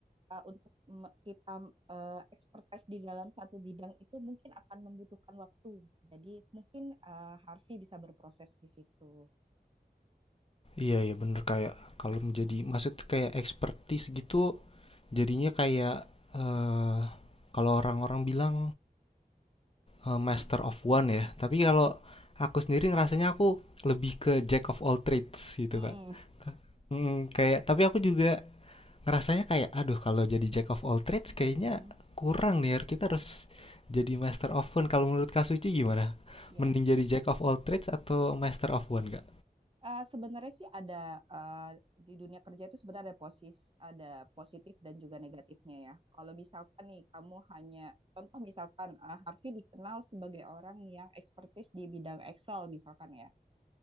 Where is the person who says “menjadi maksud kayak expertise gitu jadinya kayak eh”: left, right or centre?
Left